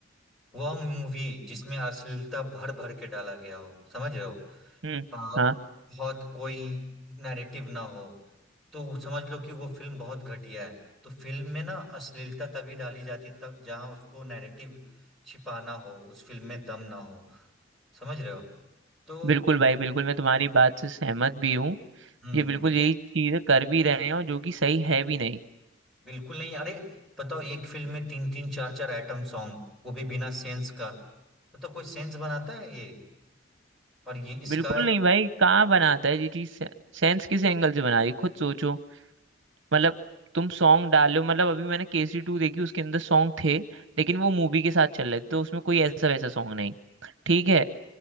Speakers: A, in the centre; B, on the right.
A: वह मूवी जिसमें अश्लीलता भर भर के डाला गया हो समझ रहे हो
B: हम्म
A: हाँ
B: हाँ
A: बहुत कोई नैरेटिव ना हो तो समझ लो कि वो फिल्म बहुत घटिया है तो फिल्म में ना अश्लीलता तभी डाली जाती तब जहां उसको नैरेटिव छिपाना हो उस फिल्म में दम ना हो समझ रहे हो तो
B: बिल्कुल भाई बिल्कुल मैं तुम्हारी बात से सहमत भी हूँ
A: हम्म
B: ये बिल्कुल यही चीजें कर भी रहे हैं और जो कि सही है भी नहीं
A: बिल्कुल नहीं अरे बताओ एक फिल्म में तीन तीन चार चार आइटम सॉन्ग वो भी बिना सेंस का बताओ कोई सेंस बनाता है ये और ये इसका
B: बिल्कुल नहीं भाई कहाँ बनाता है ये चीज सेंस किस एंगल से बना रही है खुद सोचो मतलब तुम सॉन्ग डालो मतलब अभी मैंने केसरी टू देखी उसके अंदर सॉन्ग थे लेकिन वो मूवी के साथ चल रहे थे तो उसमें कोई ऐसा वैसा सॉन्ग नहीं ठीक है